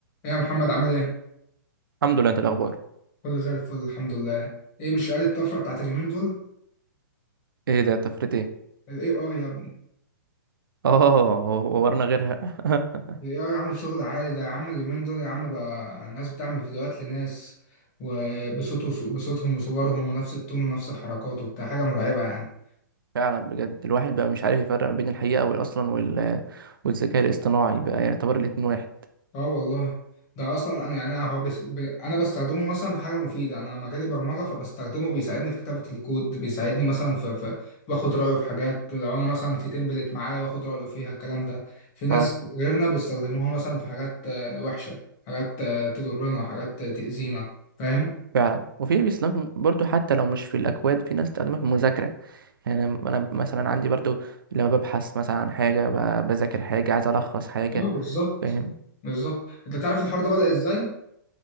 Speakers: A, on the left; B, on the right.
A: ايه يا محمد عامل ايه؟
B: الحمد لله انت الاخبار
A: كله زي الفل الحمد لله ايه مش قاري الطفرة بتاعت اليومين دول؟
B: ايه ده طفرت ايه
A: ال AI يا ابني
B: اه هو- ورنا غيرها <laughs>
A: ال AI عامل شغل عالي ده يا عم اليومين دول يا عم بقى ناس بتعمل فيديوهات لناس وبصوت وص- بصوتهم وصورهم ونفس التون ونفس الحركات وبتاع حاجة مرعبة يعني
B: فعلا بجد الواحد بقى مش عارف يفرق ما بين الحقيقه وال- اصلا وال... والذكاء الاصطناعي بقى يعني يعتبر الاتنين واحد
A: اه والله ده اصلا انا يعني انا هو بس ب... انا بستخدمه مثلا في حاجه مفيده انا مجالي برمجه فبستخدمه بيساعدني في كتابه الكود بيساعدني مثلا في, في... باخد رايه في حاجات لو انا مثلا في تمبلت معايا باخد رايه فيها الكلام ده في ناس
B: اه
A: غيرنا بيستخدموها مثلا في حاجات آه، وحشه حاجات آه، تضرنا حاجات آه، تاذينا فاهم
B: فعلا وفي بيستخدم برضو حتى لو مش في الاكواد في ناس بتستخدمها في المذاكره يعني انا أنا مثلا عندي برضو لما ببحث مثلا عن حاجه ب... بذاكر حاجه عايز الخص حاجه
A: اه بالظبط
B: فاهم
A: بالظبط انت تعرف الحوار ده بدأ ازاي